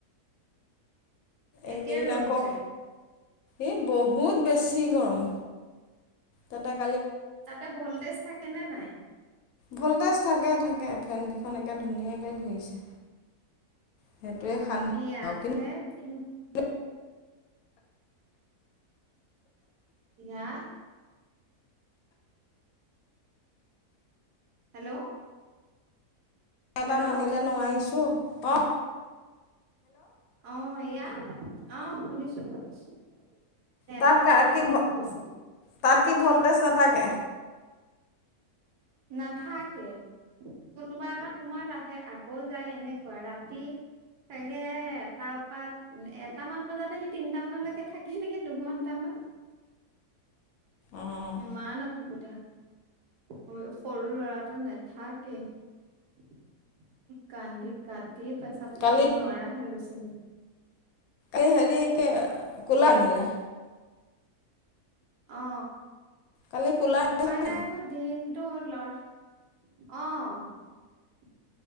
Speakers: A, on the left (about 70°); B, on the right (about 85°).
A: এইকেইদিন
B: এতিয়া ৰ'দ
A: আকৌ
B: চাগে
A: এই বহুত বেছি গৰম ততক
B: তাতে ভল্টেজ থাকে নে নাই
A: ভল্টেজ থাকে থাকে ফেনকেইখন একে ধুনীয়াকৈ ঘূৰিছে সেইটোৱে
B: অ
A: শান্তি
B: এইয়াত
A: আৰু
B: হে কিনো
A: কিন্তু
B: ইয়াত হেল্ল'
A: এটা
B: হেল্ল'
A: নানিলে নোৱাৰিছো অ
B: অ এয়াত অ শুনিছো শুনিছো নেটৰ্ক
A: তাত
B: প্ৰব্লেম
A: কি
B: হৈ গৈছিলে
A: তাত কি ভল্টেজ নাথাকে
B: নাথাকে কোনোবা এটা সময়ত আহে আকৌ যায় এনেকুৱা ৰাতি চাগে এটাৰ পাত এটামান বজাত সি তিনটা মানলৈকে থাকে নেকি দুঘন্টামান <inaudible>
A: অঁ
B: বিমানও <unintelligible> সুবিধা সৰু সৰু ল'ৰাটো নাথাকেই কান্দি কাতি পেচাব
A: কালি
B: কৰিব নোৱাৰা হৈ গৈছেগে
A: এই হেৰি কে কুলা নীলা
B: অ
A: কালি ক'লা আনিলা
B: উপায় নাই
A: নি
B: আকৌ দিন লৰ অ <unintelligible>